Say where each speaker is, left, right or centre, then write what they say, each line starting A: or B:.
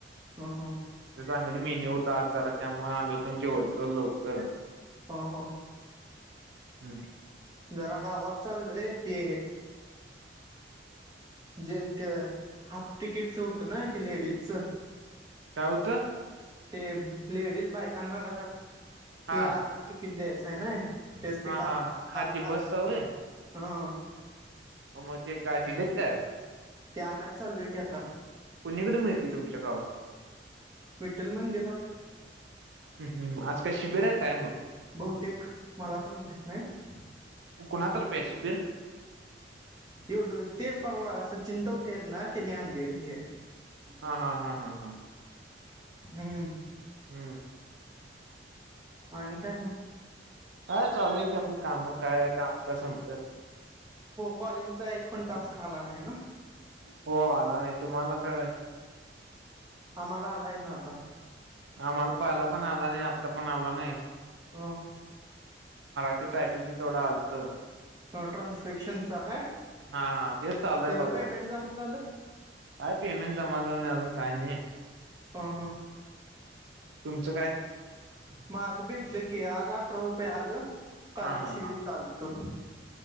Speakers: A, on the right; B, on the right.
A: हो हो
B: तिथं चांगली मेन्यू होता आज जरा त्यामुळे आम्ही पण जेवलतो लवकर
A: हो हो
B: हम्
A: जरा गावात चाललोय ते जे ते हाफ तिकीटचं होतं ना ते लेडीजच
B: काय होतं
A: ते लेडीज बायकांना घरात ते
B: हा
A: अर्ध तिकीट द्यायचंय ना एस टी
B: हा
A: कार्ड
B: हा हा ते बसच होय
A: <inaudible> हा
B: मग मग ते काय दिलेत का
A: ते आणायला चाललोय की आता
B: कुणीकडं मिळतं तुमच्या गावात
A: विठ्ठल मंदिरात
B: ह् हम् आज काय शिबिर हाय काय मग
A: बहुतेक मला पण माहित नाही
B: कुणा तर्फे हाय शिबिर
A: एवढं ते परवा चिंताउठे आहेत ना तेने आणलेले ते
B: हा हा हा हा हा
A: हम्म.
B: हम्म
A: आणि काय मग.
B: हा चालू की आपलं काम काय काम का संपतात.
A: बॉलिंगचा एक पण टास्क आला नाही ना.
B: हो आला नाही तुम्हाला काय.
A: आम्हाला आलाय ना आता.
B: आम्हाला पाहाला पण आला नाही आत्ता पण आला ना. ही.
A: हा.
B: टायपिंग तेवढं आलतं.
A: ह ट्रान्फॅक्शनचा काय
B: हा हा तेच चालूय
A: त्याच
B: बघा
A: पेमेंट जमा झालं.
B: काय पेमेंट जमा झालं नाही अजून काय नाही.
A: हा हा.
B: तुमचं काय
A: माझं भेटल की आज अठरा रुपये आल. कालिक
B: हा हा
A: शिवी
B: हा
A: चालतो.